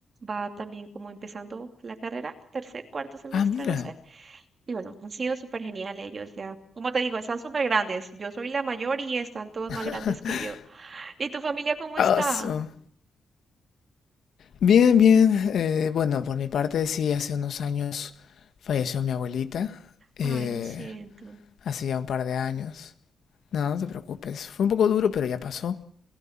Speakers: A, on the right; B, on the left.
A: va también como empezando la carrera, tercer, cuarto semestre,
B: Ah, mira.
A: no sé. Y bueno, han sido súper genial ellos ya. Como te digo, están súper grandes. Yo soy la mayor y están todos
B: <laughs>
A: más grandes que yo. ¿Y tu familia cómo
B: Awesome.
A: está?
B: Bien, bien. Eh, bueno, por mi parte sí, hace unos años falleció mi abuelita. Eh,
A: Ay, lo siento.
B: hace ya un par de años. No, no te preocupes. Fue un poco duro, pero ya pasó.